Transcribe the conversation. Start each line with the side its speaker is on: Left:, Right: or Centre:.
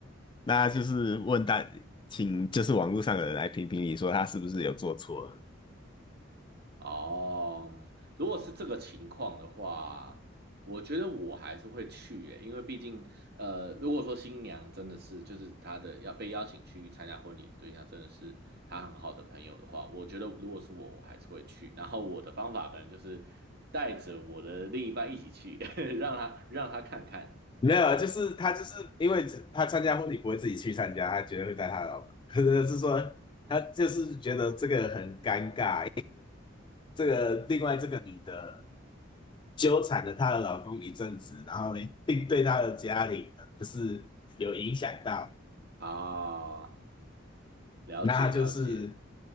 Left: 那就是问大，请就是网络上的人来评评理，说他是不是有做错？
Right: 哦，如果是这个情况的话，我觉得我还是会去耶，因为毕竟，呃，如果说新娘真的是就是她的要被邀请去参加婚礼的对象真的是她很好的朋友的话，我觉得如果是我，我还是会去。然后我的方法可能就是带着我的另一半一起去，<laughs> 让他让他看看
Left: 没有啊，就是他就是因为只他参加婚礼不会自己去参加，他绝对会带他老婆，<laughs> 是说他就是觉得这个很尴尬。这个另外这个女的纠缠了她的老公一阵子，然后并对她的家里就是有影响到。
Right: 啊，了解了解，
Left: 那就是，